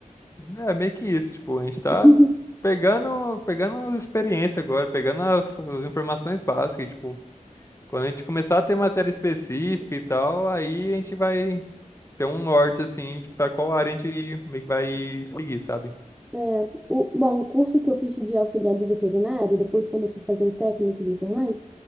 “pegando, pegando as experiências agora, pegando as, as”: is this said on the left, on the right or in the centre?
Left